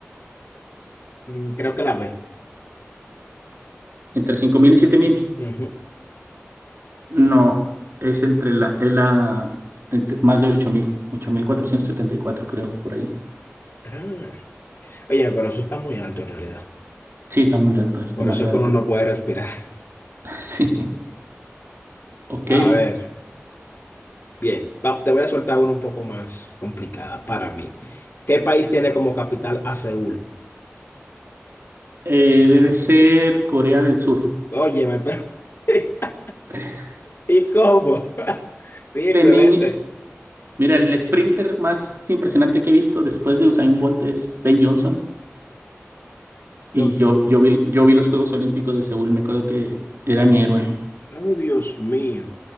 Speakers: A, on the left (about 50°); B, on the right (about 55°).
A: Mm, Creo que la B.
B: Entre 5.000 y 7.000.
A: Ujú.
B: No, es entre la, es la entre- más de ocho ocho mil ocho mil cuatrocientos setenta y cuatro creo, por ahí.
A: Ah. Oye, pero eso está muy alto en realidad.
B: Sí, está muy alto, es
A: Por
B: demasiada
A: eso es que
B: altura.
A: uno no puede respirar.
B: <laughs> Sí, ok.
A: A
B: Eh,
A: ver. Bien, va- te voy a soltar una un poco más complicada para mí. ¿Qué país tiene como capital a Seúl?
B: debe ser Corea del Sur.
A: Óyeme, pero <laughs>
B: <laughs>
A: ¿y cómo? <laughs> Sí, excelente.
B: De niño mira, el sprinter más impresionante que he visto después de Usain Bolt es Ben Johnson. Y
A: No,
B: yo, yo vi, yo vi los Juegos Olímpicos de Seúl, me acuerdo que era mi héroe.
A: oh, Dios mío.